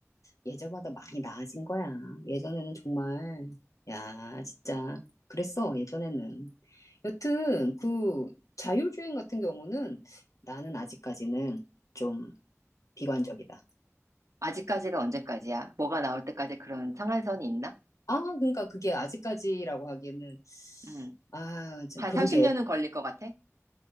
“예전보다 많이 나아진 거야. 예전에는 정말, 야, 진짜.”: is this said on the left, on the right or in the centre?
Left